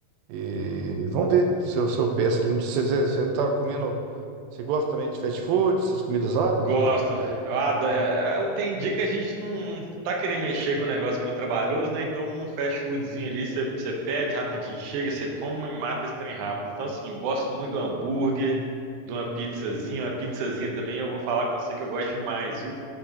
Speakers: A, on the right (about 85°); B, on the right (about 70°).
A: e vamos ver se eu, se eu peço ali, você, você, você tá comendo, você gosta também de fast food, essas comidas rápidas
B: Gosto.
A: ou não?
B: Eu adoro. é, é, eu- Tem dia que a gente não tá querendo mexer com um negócio muito trabalhoso, né? Então, um fast foodzinho ali, você você pede rapidinho, chega, você come e mata esse trem rápido. Então, assim, eu gosto muito do hambúrguer, de uma pizzazinha. Uma pizzazinha também, eu vou falar com você que eu gosto demais, viu?